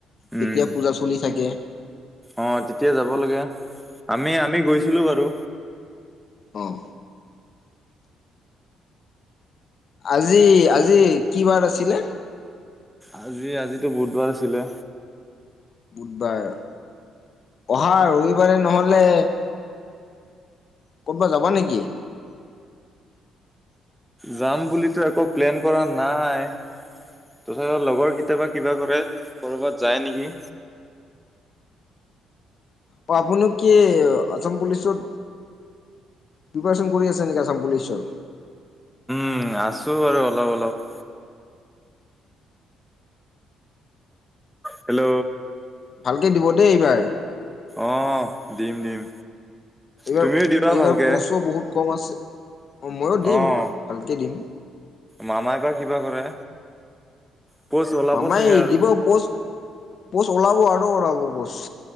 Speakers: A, in the centre; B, on the left.
A: উম,
B: যেতিয়া পূজা চলি থাকে
A: অ', তেতিয়া যাব লাগে আমি-আমি গৈছিলো বাৰু।
B: অ', আজি-আজি কি বাৰ আছিলে?
A: আজি আজিতো বুধবাৰ আছিলে।
B: বুধবাৰ অহা ৰবিবাৰে নহ'লে ক'তবা যাবা নেকি?
A: যাম বুলিতো একো প্লেন কৰা নাই। তথাপিওঁ লগৰ কেতিয়াবা কিবা কৰে, ক'বাত যায় নেকি।
B: অহ' আপুনি কি আছাম পুলিচত প্ৰিপাৰচন কৰি আছে নেকি, আাম পুলিচৰ।
A: উম' আছো বাৰু অলপ অলপ। হেল্ল'।
B: ভালকে দিব দেই এইবাৰ।
A: অহ' দিম দিম।
B: এইবাৰ,
A: তুমিও দিবা
B: এইবাৰ
A: ভালকে।
B: পচো বহুত কম আছে। অহ, ময়ো দিম
A: অ',
B: ভালকে দিম।
A: মামাই বা কিবা কৰে। প'ষ্ট ওলাব
B: মামাই
A: চাগে আৰু।
B: দিব পষ্ট, পষ্ট ওলাব আৰু ওলাব পষ্ট।